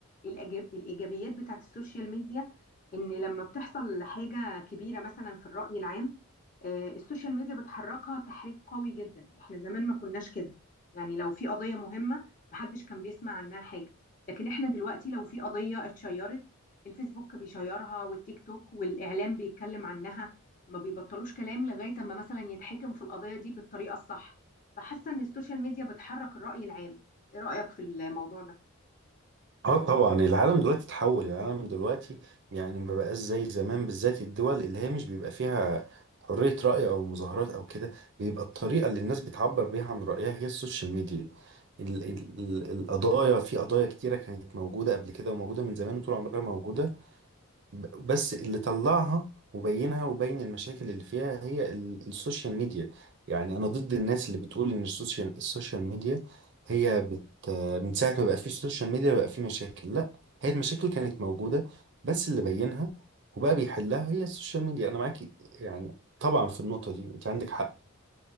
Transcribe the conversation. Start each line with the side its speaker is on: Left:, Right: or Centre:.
Left: الإيجاب- الإيجابيات بتاعت السوشيال ميديا إن لما بتحصل حاجة كبيرة مثلا في الرأي العام آه، السوشيال ميديا بتحركها تحريك قوي جدا احنا زمان ما كناش كده يعني لو في قضية مهمة محدش كان بيسمع عنها حاجة لكن احنا دلوقتي لو في قضية اتشيرت الفيسبوك بيشيرها والتيك توك والإعلام بيتكلم عنها ما بيبطلوش كلام لغاية اما مثلا يتحكم في القضية دي بالطريقة الصح فحاسة ان السوشيال ميديا بتحرك الرأي العام ايه رأيك في الموضوع ده
Right: اه طبعا العالم دلوقتي اتحول العالم دلوقتي يعني ما بقاش زي زمان بالذات الدول اللي هي مش بيبقى فيها حرية رأي أو مظاهرات أو كده بيبقى الطريقة اللي الناس بتعبر بيها عن رأيها هي السوشيال ميديا ال ال ال القضايا في قضايا كتيرة كانت موجودة قبل كده وموجودة من زمان وطول عمرها موجودة ب- بس اللي طلعها وبينها وبين المشاكل اللي فيها هي ال السوشيال ميديا يعني أنا ضد الناس اللي بتقول إن السوشيال السوشيال ميديا هي من ساعة ما بقى فيه السوشيال ميديا بقى فيه مشاكل لا هي المشاكل كانت موجودة بس اللي بينها وبقى بيحلها هي السوشيال ميديا أنا معاكي يعني طبعا في النقطة دي أنت عندك حق